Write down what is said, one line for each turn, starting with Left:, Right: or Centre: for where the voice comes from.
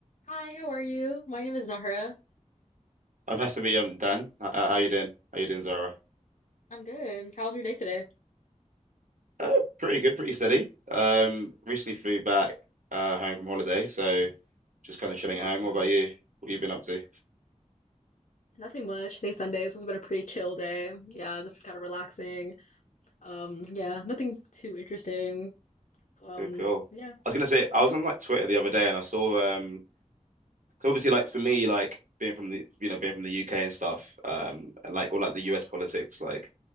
Left: Hi, how are you? My name is Zahra.
Right: Oh, nice to meet you, um, Dan. How, how you doing? How you doing, Zara?
Left: I'm good. How's your day today?
Right: Uh, pretty good, pretty steady. Um, recently flew back uh, home from holiday, so just kind of chilling
Left: Oh,
Right: at
Left: awesome.
Right: home. What about you? What you been up to?
Left: Nothing much. Today's Sunday, so it's been a pretty chill day. Yeah, just kind of relaxing. Um, yeah, nothing too interesting. Um,
Right: Cool, cool.
Left: yeah.
Right: I was gonna say I
Left: mm-hmm.
Right: was on like Twitter the other day and I saw um 'cause obviously like for me like being from the you know being from the UK and stuff um and like all like the US politics like